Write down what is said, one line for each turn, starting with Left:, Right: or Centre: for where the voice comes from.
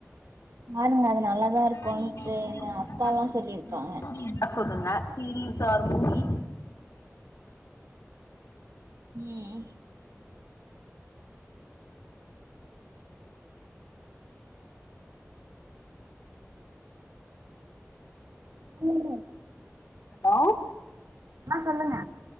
Right: பாருங்க அது நல்லாதா
Left: எதா
Right: இருக்குன்ட்டு
Left: நீங்க இப்படி
Right: எங்க
Left: <unintelligible>
Right: அக்கால்லா சொல்லியிருக்காங்க
Left: ஸ்டோரி இருந்தா சொல்லுங்க தீம்ஸ் ஆர் மூவி
Right: உம் ம்
Left: ஆ
Right: ஆஹ் சொல்லுங்க